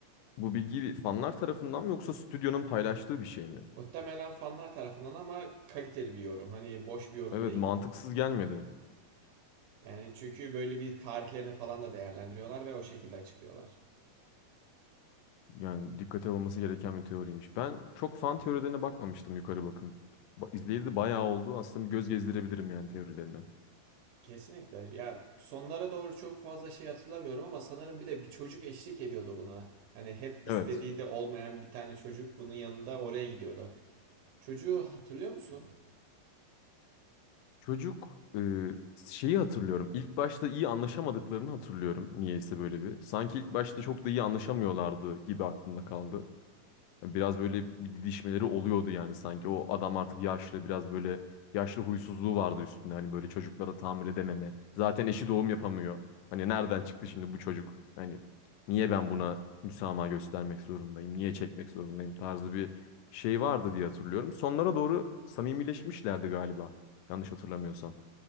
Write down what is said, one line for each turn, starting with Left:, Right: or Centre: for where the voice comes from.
Left: Bu bilgi fanlar tarafından mı yoksa stüdyonun paylaştığı bir şey mi?
Right: Muhtemelen fanlar tarafından ama kaliteli bir yorum. Hani boş bir yorum
Left: Evet
Right: değil.
Left: mantıksız gelmedi.
Right: Yani çünkü böyle bir tarihlerini falan da değerlendiriyorlar ve o şekilde açıklıyorlar.
Left: Yani dikkate alınması gereken bir teoriymiş. Ben çok fan teorilerine bakmamıştım yukarı bakın. Ba izleyeli de bayağı oldu. Aslında bir göz gezdirebilirim yani teorilerine.
Right: Kesinlikle. Ya sonlara doğru çok fazla şey hatırlamıyorum ama sanırım bir de bir çocuk eşlik ediyordu buna. Hani hep istediği
Left: Evet.
Right: de olmayan bir tane çocuk bunun yanında oraya gidiyordu. Çocuğu hatırlıyor musun?
Left: Çocuk e, şeyi hatırlıyorum. İlk başta iyi anlaşamadıklarını hatırlıyorum. Niyeyse böyle bir. Sanki ilk başta çok da iyi anlaşamıyorlardı gibi aklımda kaldı. Biraz böyle bir didişmeleri oluyordu yani sanki. O adam artık yaşlı, biraz böyle yaşlı huysuzluğu vardı üstünde. Hani böyle çocuklara tahammül edememe. Zaten eşi doğum yapamıyor. Hani nereden çıktı şimdi bu çocuk? Hani niye ben buna müsamaha göstermek zorundayım? Niye çekmek zorundayım? tarzı bir şey vardı diye hatırlıyorum. Sonlara doğru samimileşmişlerdi galiba. Yanlış hatırlamıyorsam.